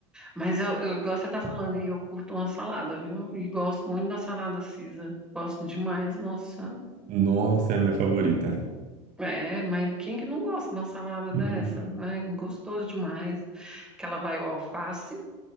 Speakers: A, in the centre; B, on the right.
A: Mas eu, eu gosto de estar falando e eu curto uma salada, viu? E gosto muito da salada Caesar. Gosto demais, nossa.
B: Nossa, é a minha favorita.
A: É, mas quem que não gosta de uma salada dessa,
B: Uhum.
A: né? Gostoso demais. Que ela vai o alface,